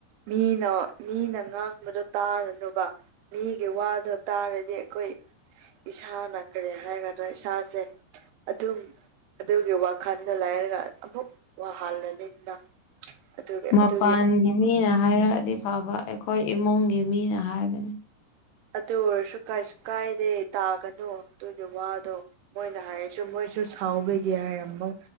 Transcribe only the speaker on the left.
ꯃꯄꯥꯟꯒꯤ
ꯃꯤꯅꯥ ꯍꯥꯏꯔꯛꯑꯗꯤ ꯐꯕ ꯑꯩꯈꯣꯏ ꯏꯃꯨꯡꯒꯤ ꯃꯤꯅꯥ ꯍꯥꯏꯕꯅꯤ